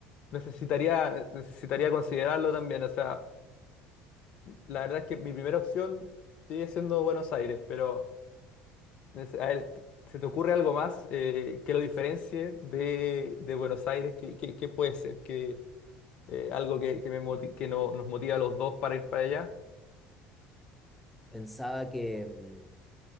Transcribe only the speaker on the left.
necesitaría, necesitaría considerarlo también. O sea, la verdad es que mi primera opción sigue siendo Buenos Aires, pero nece- a ver, ¿se te ocurre algo más eh, que lo diferencie de, de Buenos Aires? ¿Qué, qué- qué puede ser? ¿Qué, eh, algo que, que, me moti- que no- nos motiva a los dos para ir para allá?